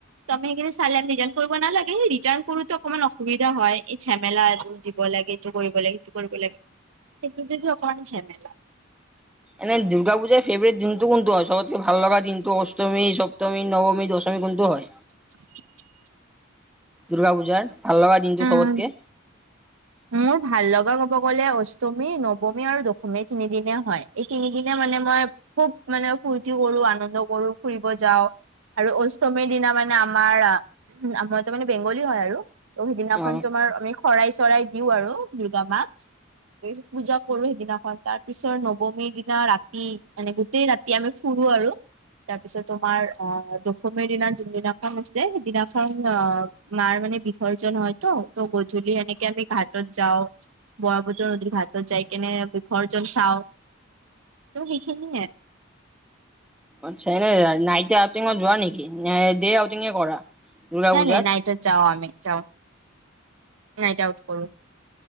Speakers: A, on the right (about 80°); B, in the centre.
A: ত আমি সেইখিনি চালে ৰিটাৰ্ণ কৰিব নালাগে সেই ৰিটাৰ্ণ কৰোতে অকণমান অসুবিধা হয় এই ঝেমেলা আৰু ব লাগে ইটো কৰিব লাগে ইটো কৰিব লাগে সেইটো তেটো অকমান ঝেমেলা।
B: এনে দুৰ্গা পূজাৰ ফেভৰেট দিনটো কোনটো হয়? চবতকে ভাল লগা দিনটো অষ্টমী সপ্তমী নৱমী দশমী কোনটো হয়?
A: <inaudible>
B: দুৰ্গা পূজাৰ ভাল লগা দিনটো
A: উম
B: চবতকে
A: মোৰ ভাল লগা ক'ব গ'লে অষ্টমী নৱমী আৰু দশমী তিনিদিনে হয় এই তিনিদিনে মানে মই খুব মানে ফূৰ্তি কৰো আনন্দ কৰো ফুৰিব যাও। আৰু অষ্টমীৰ দিনা মানে আমাৰ আমাৰ তাৰ মানে বেংগলী হয় আৰু ত সিদিনাখন
B: অ
A: তোমাৰ আমি শৰাই চৰাই দিও আৰু দুৰ্গা মাক পূজা কৰো সিদিনাখন তাৰ পিছত নৱমীৰ দিনা ৰাতি এনেকে গোটেই ৰাতি আমি ফুৰো আৰু। তাৰপিছত তোমাৰ আ দশমীৰ দিনা যোনদিনাখন আছে সেইদিনাখন আ মাৰ মানে সৰ্জন হয় ত ত গধূলি এনেকে আমি ঘাটত যাওঁ। বৰ বজৰ নদীৰ ঘাটত যাই কেনে বিসৰ্জন চাও ত সেইখিনিয়ে।
B: আচ্ছা এনে নাইট আউটিঙত যোৱা নেকি নে দে আউটিং কৰা? দুৰ্গা
A: নাই
B: পূজাত
A: নাই নাইটত যাওঁ আমি যাওঁ নাইট আউট কৰো।